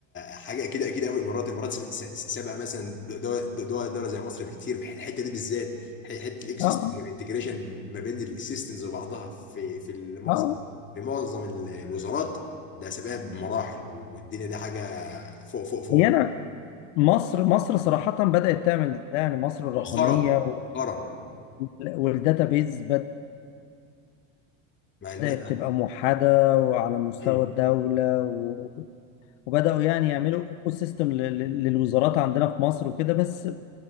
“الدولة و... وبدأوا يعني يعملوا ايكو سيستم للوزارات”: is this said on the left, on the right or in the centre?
Left